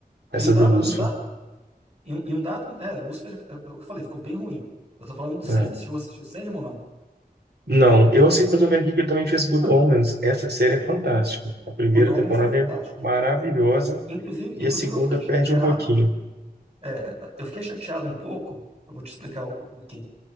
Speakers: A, on the right; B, on the right.
A: Essa
B: Em um dado,
A: do Lúcio.
B: em um dado, em um, em um dado, é, Lucifer, é, é o que eu falei, ficou bem ruim. Eu tô falando do
A: né?
B: Sandman. Você chegou a assistir o Sandman ou não?
A: Não, eu sei que eu tô vendo aqui que ele também fez Good
B: Ah.
A: Omens. Essa série é fantástica. A primeira
B: O Dominus
A: temporada
B: é fantástico.
A: é maravilhosa
B: Inclusive,
A: e
B: inclusive
A: a segunda
B: eu fiquei
A: perde
B: chateado,
A: um pouquinho.
B: é, eu fiquei chateado um pouco, eu vou te explicar o porquê.